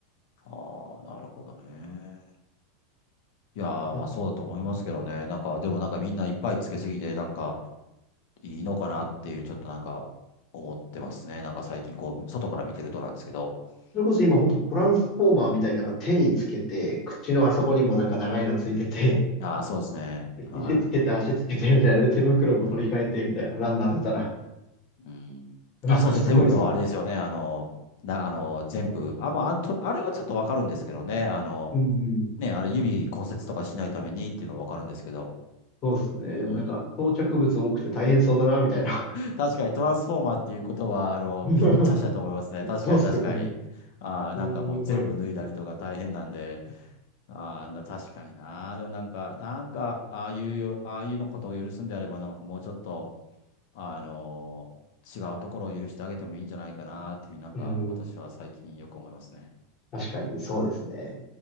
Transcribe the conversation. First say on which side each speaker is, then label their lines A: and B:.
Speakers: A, on the left (about 65°); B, on the left (about 40°).
A: ああ、なるほどね。いやー、
B: いや
A: まあそうだと思いますけどね。なんか、でもなんかみんないっぱいつけすぎて、なんかいいのかなっていうふうにちょっとなんか思ってますね。なんか最近こう、外から見てるとなんですけど。
B: それこそ今本当トランスフォーマーみたいになんか手につけて、
A: うん。
B: 口のあそこにもなんか長いのついてて、
A: ああ、そうですね。
B: で肘つけて足つけてみたいな。
A: は
B: で、手袋も取り替えてみたいな。
A: い。うん。
B: ランナー出たら。
A: うん。
B: なんかすごいですよ。
A: あ、そうですね。手袋はあれですよね。あの、な、あの、全部。あ、まあ、あと、あれはちょっとわかるんですけどね。あの、
B: うんうん。
A: ね、あれ指骨折とかしないためにっていうのはわかるんですけど。
B: そうですね。
A: うん。
B: でもなんか装着物多くて大変そうだな、みたいな。
A: 確かにトランスフォーマーっていうことは、あの、
B: <laughs>
A: ぴったしだと思いますね。確かに確かに。
B: そうっすよね。
A: あーなんかもう全部脱いだりとか大変なんで、
B: すーごい。
A: あーな確かにな。でもなんか、なんか、ああいうよ、ああいうのことを許すんであれば、なんかもうちょっと、あの違うところを許してあげてもいいんじゃないかなっていうふうになんか私は最近よく思いますね。
B: うん。確かに、そうですね。